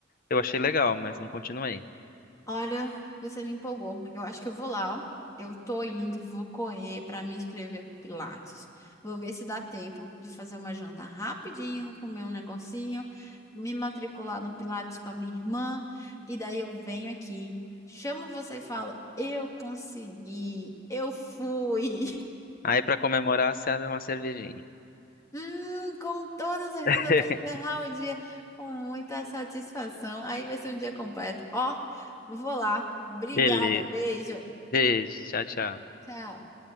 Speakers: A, on the left (about 50°); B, on the left (about 15°).
A: eu achei legal, mas não continuei.
B: Olha, você me empolgou. Eu acho que eu vou lá, ó. Eu tô indo, vou correr para me inscrever pro Pilates. Vou ver se dá tempo de fazer uma janta rapidinho, comer um negocinho, me matricular no Pilates com a minha irmã, e daí eu venho aqui, chamo você e falo: "Eu consegui, eu fui". <laughs>
A: Aí pra comemorar, você abre uma cervejinha.
B: Hum, com toda certeza
A: <laughs>
B: para encerrar o dia com muita satisfação. Aí vai ser um dia completo. Ó, vou lá. Obrigada,
A: Beleza.
B: beijo.
A: Beijo. Tchau, tchau.
B: Tchau.